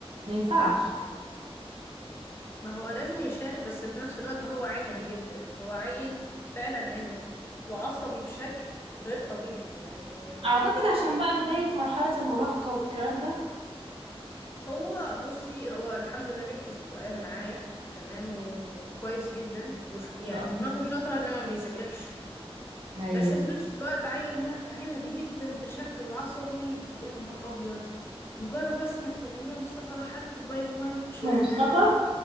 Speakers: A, on the right; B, on the left.
A: ما ينفعش
B: ما هو لازم يشارك بس في نفس الوقت هو عندي جدا هو عيل فعلا عندي وعصبي بشكل غير طبيعي يعني
A: أعتقد عشان بقى بداية مرحلة المراهقة والكلام ده
B: هو بصي هو الحمد لله بيحفظ قرآن معايا تمام وكويس جدا وش يعني
A: إن شاء الله
B: دماغه شاطرة انما ما بيذاكرش
A: أيوه
B: بس في نفس الوقت عيل لا عندي جدا بشكل وعصبي يا نهار ابيض مجرد بس ما تكلميه يا مصطفى روح هات كوباية مية مش
A: اسمه
B: محتاج
A: مصطفى